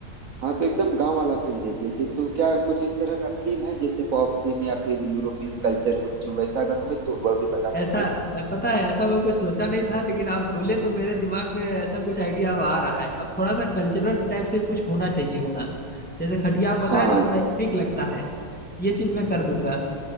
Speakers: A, on the right; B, in the centre.
A: हाँ तो एकदम गांव वाला फील दे दिए थे तो क्या कुछ इस तरह का थीम है जैसे पॉप थीम या फिर यूरोपियन कल्चर कुछ वैसा अगर हो तो वह भी बता
B: ऐसा
A: सकते हैं
B: पता है ऐसा मैं कुछ सोचा नहीं था लेकिन आप बोले तो मेरे दिमाग में ऐसा कुछ आइडिया अब आ रहा है अब थोड़ा सा कल्चरल टाइप से कुछ होना चाहिए वहाँ जैसे खटिया आप बताए
A: हाँ
B: ना
A: हाँ
B: थोड़ा यूनिक लगता है ये चीज मैं कर दूंगा